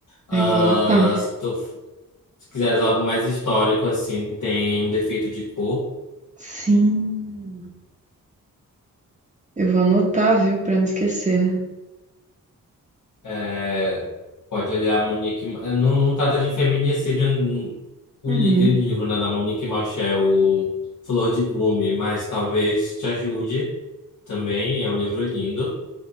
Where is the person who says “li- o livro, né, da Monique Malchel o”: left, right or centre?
Left